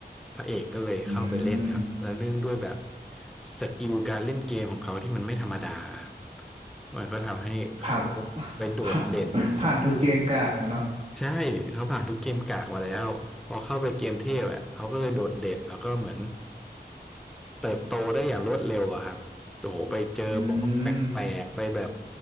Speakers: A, in the centre; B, on the right (about 40°).
A: พระเอกก็เลยเข้าไปเล่นครับแล้วเนื่องด้วยแบบ
B: อืม
A: สกิลการเล่นเกมของเขาที่มันไม่ธรรมดาครับมันก็ทำให้เขา
B: ผ่าน
A: ไปโดดเด่น
B: <laughs> ผ่านผ่านทุกเกมกากนะเนาะ
A: ใช่เขาผ่านทุกเกมกากมาแล้วพอเข้าไปเกมเทพอ่ะเขาก็เลยโดดเด่นแล้วก็เหมือนเติบโตได้อย่างรวดเร็วอะครับโอ้โหไปเจอบอสแปลกๆไปแบบ
B: อืม